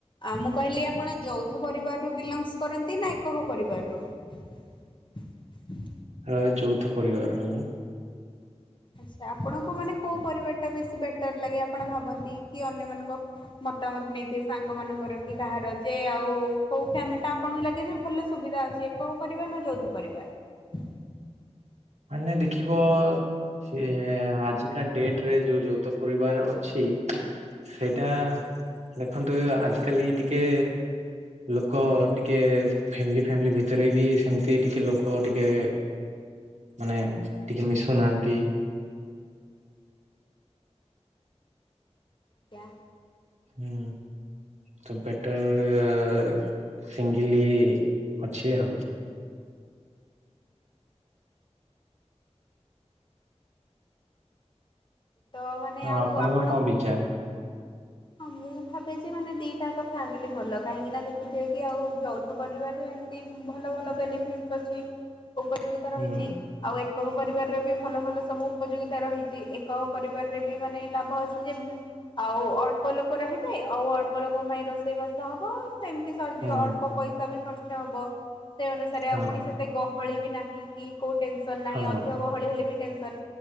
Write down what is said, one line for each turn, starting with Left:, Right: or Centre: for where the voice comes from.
Left: ଆଉ ମୁଁ କହିଲି ଆପଣ ଯୌଥ ପରିବାରରୁ ବିଲଙ୍ଗସ୍ କରନ୍ତି। ନା ଏକକ ପରିବାରରୁ? <inaudible>
Right: ଆ, ଯୌଥ ପରିବାରରୁ ମୁଁ।
Left: ଆଚ୍ଛା ଆପଣଙ୍କୁ ମାନେ କୋଉ ପରିବାର ଟା ବେଶୀ ବେଟର୍ ଲାଗେ ଆପଣ ଭାବନ୍ତି? କି ଅନ୍ୟ ମାନଙ୍କ ମତାମତ ନେଇଥିବେ ସାଙ୍ଗ ମାନଙ୍କର କି କାହାର ଯେ ଆଉ କୋଉ ଫ୍ୟାମିଲ୍ ଟା ଆପଣଙ୍କୁ ଲାଗେ ଯେ ଭଲ ସୁବି ଧା ଅଛି ଏକକ ପରିବାର ନା ଯୌଥ ପରିବାର?
Right: ମାନେ ଦେଖିବ ସେ ଆଜିକା ଡେଟ୍ ରେ ଯୋଉ ଯୌଥ ପରିବାର ଅଛି ସେଇଟା ଦେଖନ୍ତୁ ଅ, ଆଜିକାଲି ଟିକେ ଲୋକ ଟିକେ ଫ୍ୟାମିଲି ଫ୍ୟାମିଲି ଭିତରେ ବି ସେମିତି ଟିକେ ଲୋକ ଟିକେ ମାନେ ଟିକେ ମିଶୁନାହାନ୍ତି।
Left: କ୍ୟା
Right: ହୁଁ। ତ ବେଟର୍ ସିଙ୍ଗିଲି ଅଛି ଆଉ।
Left: ତ ମାନେ ଆଉ
Right: ଆପଣଙ୍କ
Left: ଆପଣ
Right: କଣ ବିଚାର
Left: ହଁ ମୁଁ ଭାବେ ଯେ ମାନେ ଦିଟା ଆକ ଫ୍ୟାମିଲି ଭଲ। କାହିଁକି ନା ଦେଖୁଥିବେ କି ଆଉ ଯୌଥ ପରିବାରରେ ଏମିତି ଭଲ ଭଲ ବେନିଫିଟ ଅଛି। ଉପଯୋଗିତା ରହିଚି।
Right: ହୁଁ
Left: ଆଉ ଏ ଏକକ ପରିବାରର ବି ଭଲ ଭଲ ସବୁ ଉପଯୋଗିତା ରହିଚି। ଏକ ପରିବାରରେ ବି ମାନେ ଲାଭ ଅଛି ଯେ ମୁ ଆଉ ଅଳ ଅଳ୍ପ ଲୋକ ରହିବେ ଆଉ ଅଳ୍ପ ଲୋକଙ୍କ ପାଇଁ ରୋଷେଇବାସ ହବ। ସେମତି ସରିଯିବ।
Right: ହୁଁ
Left: ଅଳ୍ପ ପଇସା ବି ଖର୍ ଚ ହବ। ସେ ଅନୁସାରେ
Right: ହଁ
Left: ଆଉ ପୁଣି ସେତେ ଗହଳି ବି ନାହିଁ। କି କୋଉ ଟେନ୍ସନ୍ ନାହିଁ।
Right: ହଁ
Left: ଅଧିକ ଗହଳି ହେଲେ ବି ଟେନ୍ସନ୍।